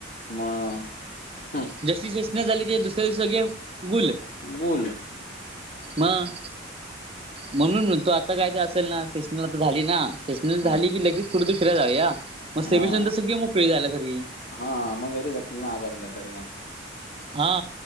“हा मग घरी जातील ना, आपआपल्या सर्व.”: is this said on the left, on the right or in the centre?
Left